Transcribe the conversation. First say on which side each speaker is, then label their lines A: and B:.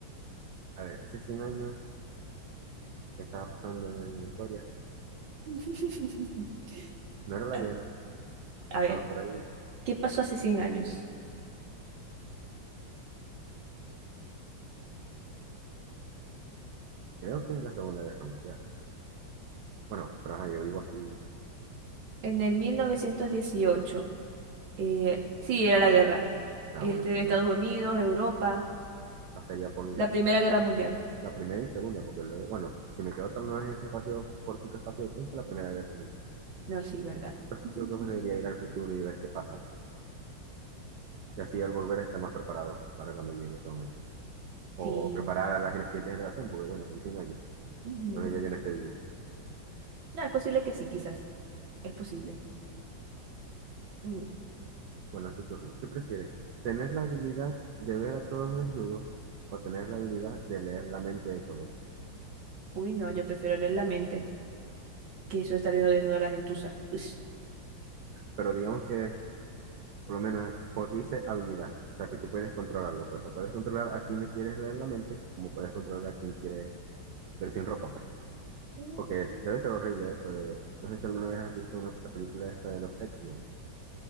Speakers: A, on the right (about 70°); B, on the right (about 85°).
A: a ver, hace 100 años que estaba pasando en la historia,
B: <laughs>
A: no era la
B: A
A: guerra,
B: a
A: estaba
B: ver,
A: por ahí
B: ¿qué pasó hace 100 años?
A: Creo que es la Segunda Guerra Mundial. Bueno, pero ajá, yo vivo aquí.
B: En el 1918, eh, sí, era la guerra.
A: Ah,
B: Este,
A: bueno, se
B: de Estados
A: me
B: Unidos, Europa,
A: pasaría por
B: la Primera Guerra Mundial.
A: la primera y segunda, porque luego, bueno, si me quedo tal vez en ese espacio, cortico espacio de tiempo, la Primera Guerra Mundial.
B: No, sí, ¿verdad?
A: Pues
B: <laughs>
A: creo que preferiría ir al futuro y ver qué pasa. Y así al volver estar más preparado para cuando llegue ese momento. O
B: Sí.
A: preparar a la gen- siguiente generación, porque bueno, son 100 años.
B: Ujú.
A: Entonces ya yo no esté vivo.
B: No, es posible que sí, quizás. Es posible. Mm.
A: Bueno, es tu turno. ¿Qué prefieres? ¿Tener la habilidad de ver a todos desnudos o tener la habilidad de leer la mente de todos?
B: Uy, no, yo prefiero leer la mente que eso de estar viendo desnuda a la gentuza. Ush.
A: Pero digamos que Por lo menos, eh, porque dice habilidad. O sea, que tú puedes controlarlo, pues. O puedes controlar a quién le quieres leer la mente, como puedes controlar a quién quieres ver sin ropa, pues.
B: Mm.
A: Porque es- debe ser horrible eso de... No sé si alguna vez has visto una, la película esta de los X-Men.